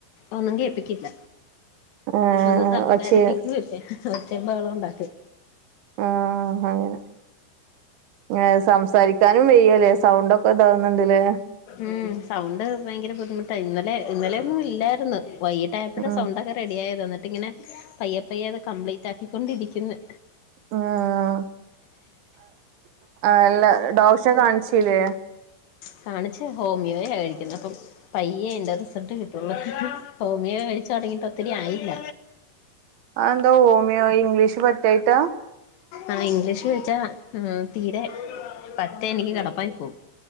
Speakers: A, on the left; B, on the right.
A: ഒന്നും കേൾപ്പിക്കില്ല.
B: ആഹ്
A: ഒന്ന് സംസാരിപ്പിക്കൂല്ലേ
B: ഒച്ചെ
A: ഒച്ചിം ബഹളോം ഉണ്ടാക്കി
B: ആ അങ്ങനെ ഏ സംസാരിക്കാനും വെയ്യല്ലേ സൗണ്ടക്കെ ഇതാവുന്ന്ണ്ട്ല്ലേ?
A: ഉം സൗണ്ട് ഭയങ്കര ബുദ്ധിമുട്ട ഇന്നലെ ഇന്നലെന്നും ഇല്ലായിരുന്നു വൈകി ട്ടായപ്പഴ
B: ഉം
A: സൗണ്ടക്കെ റെഡി ആയത് എന്നിട്ട് ഇങ്ങനെ പയ്യേ പയ്യേ അത് കംപ്ലീറ്റ് ആക്കിക്കൊണ്ടിരിക്ക്ന്ന്.
B: <unintelligible> എല്ല ടോശ കാൺച്ചില്ലേ?
A: കാണിച്ച് ഹോമിയോയ കഴിക്കുന്നേ അപ്പം പയ്യെ അയിന്റെ റിസൾട്ട് കിട്ടുള്ള. ഹോമിയോ കഴിച്ച് തൊടങ്ങിട്ട് ഒത്തിരി ആയില്ല.
B: അഹന്താ ഹോമിയോ ഇംഗ്ലീഷ് പറ്റിയായിട്ടാ?
A: ആ ഇംഗ്ലീഷ് കഴിച്ചാ ഉം തീരെ പറ്റേ എനിക്ക് കടപ്പായി പോവും.